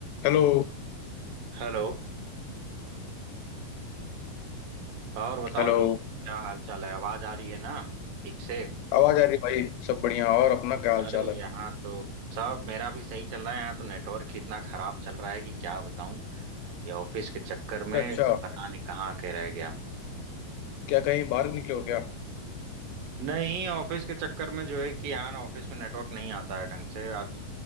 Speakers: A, on the left (about 80°); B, on the right (about 70°).
A: Hello
B: Hello और बताओ
A: Hello
B: दोस्त क्या हाल चाल है आवाज आ रही है ना ठीक से
A: आवाज आ रही भाई सब बढ़िया और अपना क्या हाल
B: अरे
A: चाल है
B: यहाँ तो सब मेरा भी सही चल रहा है यहाँ तो नेटवर्क ही इतना खराब चल रहा है कि क्या बताऊं ये ऑफिस के चक्कर
A: अच्छा
B: में
A: अच्छा
B: पता नहीं कहाँ के रह गया
A: क्या कहीं बाहर निकले हो क्या
B: नहीं ऑफिस के चक्कर में जो है कि यहाँ ना ऑफिस में नेटवर्क नहीं आता है ढंग से आज